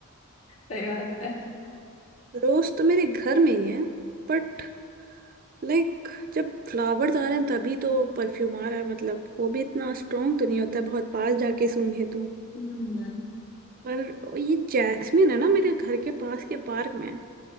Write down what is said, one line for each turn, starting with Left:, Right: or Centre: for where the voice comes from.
Left: बात है
Right: रोज तो मेरे घर में ही है बट लाइक जब फ्लावर्स आ रहे हैं तभी तो परफ्यूम आ रहा है मतलब वो भी इतना स्ट्रॉन्ग तो नहीं होता है बहुत पास जाके सूंघे तो
Left: हम्म
Right: पर ये जैस्मिन है ना मेरे घर के पास के पार्क में